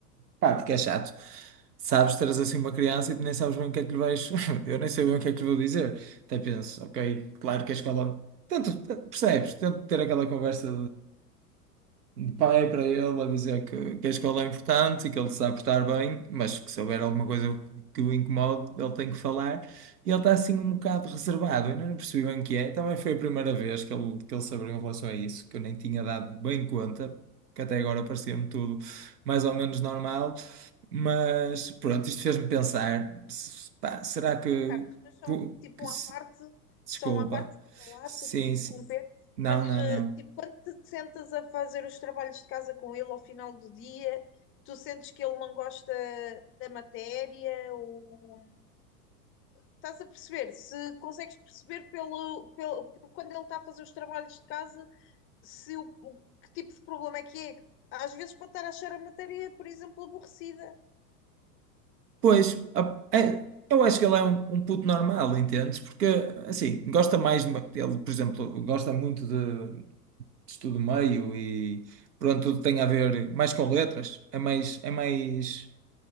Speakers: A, on the right; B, on the left.
A: pá, porque é chato. Sabes, teres assim uma criança e tu nem sabes bem o que é que lhe vais. <laughs> Eu nem sei bem o que é que lhe vou dizer. Até penso, ok, claro que a escola. Tanto, percebes? Tento ter aquela conversa de pai para ele a dizer que, que a escola é importante e que ele se sabe estar bem, mas que se houver alguma coisa que o incomode, ele tem que falar. E ele está assim um bocado reservado, eu ainda não percebi bem o que é. Também foi a primeira vez que ele, que ele se abriu em relação a isso, que eu nem tinha dado bem conta, que até agora parecia-me tudo mais ou menos normal. Mas pronto, isto fez-me pensar, se- pá, será que,
B: Carlos, mas só
A: que-
B: tipo
A: que
B: uma
A: se-
B: parte,
A: desculpa.
B: só uma parte, desculpa lá,
A: Sim,
B: estou a te interromper,
A: sim. Não,
B: mas
A: não,
B: eh,
A: não.
B: tipo, quando te sentas a fazer os trabalhos de casa com ele ao final do dia, tu sentes que ele não gosta da matéria, ou estás a perceber, se consegues perceber pelo, pelo por quando ele está a fazer os trabalhos de casa, se o, o- que tipo de problema é que é. Às vezes pode estar a achar a matéria, por exemplo, aborrecida.
A: Pois, a- é- eu acho que ele é um, um puto normal, entendes? Porque, assim, gosta mais de uma- ele, por exemplo, gosta muito de, de estudo meio e, pronto, tudo tem a ver mais com letras. É mais, é mais